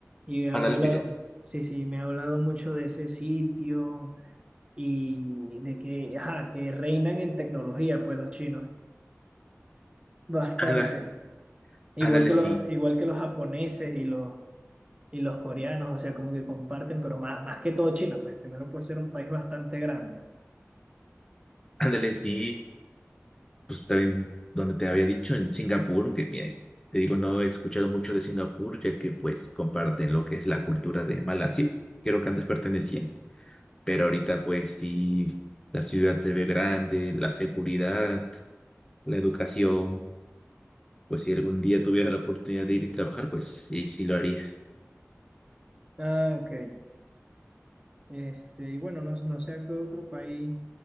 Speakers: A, on the right (about 20°); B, on the left (about 15°).
A: y me
B: Ándale,
A: ha hablado,
B: sí es.
A: sí, sí, me ha hablado mucho de ese sitio y de que, ajá, que reinan en tecnología, pues los chinos, bastante.
B: Ándale,
A: Igual
B: ándale,
A: que
B: sí.
A: los, igual que los japoneses y los, y los coreanos, o sea, como que comparten, pero más, más que todo China, pues primero por ser un país bastante grande.
B: Ándale, sí. pues también donde te había dicho, en Singapur, que miren, te digo, no he escuchado mucho de Singapur, ya que pues comparten lo que es la cultura de Malasia, creo que antes pertenecían, pero ahorita pues sí, la ciudad se ve grande, la seguridad, la educación, pues si algún día tuviera la oportunidad de ir y trabajar, pues sí, sí lo haría.
A: Ah, ok. Este, y bueno, no, no sé a qué otro país